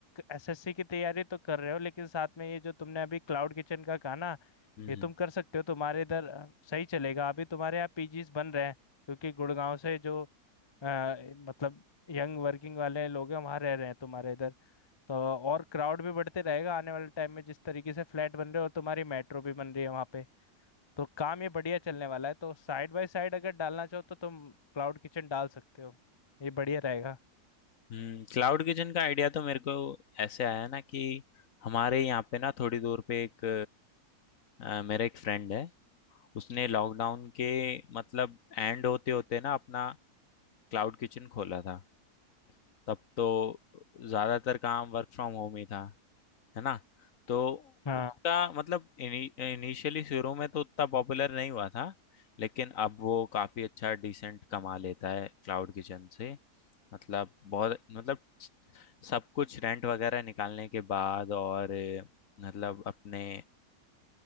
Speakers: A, on the left; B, on the left.
A: एसएससी की तैयारी तो कर रहे हो लेकिन साथ में ये जो तुमने अभी क्लाउड किचन का कहा ना
B: हम्म
A: ये तुम कर सकते हो तुम्हारे इधर अ, सही चलेगा अभी तुम्हारे यहाँ पीजीज बन रहे हैं क्योंकि गुड़गांव से जो अ, मतलब यंग वर्किंग वाले लोग हैं वहाँ रह रहे हैं तुम्हारे इधर तो और क्राउड भी बढ़ते रहेगा आने वाले टाइम में जिस तरीके से फ्लैट बन रहे हैं और तुम्हारी मेट्रो भी बन रही है वहाँ पे तो काम ये बढ़िया चलने वाला है तो साइड बाय साइड अगर डालना चाहो तो तुम क्लाउड किचन डाल सकते हो ये बढ़िया रहेगा
B: हम्म क्लाउड किचन का आइडिया तो मेरे को ऐसे आया ना कि हमारे यहाँ पे ना थोड़ी दूर पे एक अ, मेरा एक फ्रेंड है उसने लॉकडाउन के मतलब एंड होते होते ना अपना क्लाउड किचन खोला था तब तो ज्यादातर काम वर्क फ्रॉम होम ही था है ना तो
A: हाँ
B: उसका मतलब इनिशियली शुरू में तो उतना पॉपुलर नहीं हुआ था लेकिन अब वो काफी अच्छा डिसेंट कमा लेता है क्लाउड किचन से मतलब बहुत मतलब सब कुछ रेंट वगैरह निकालने के बाद और अ, मतलब अपने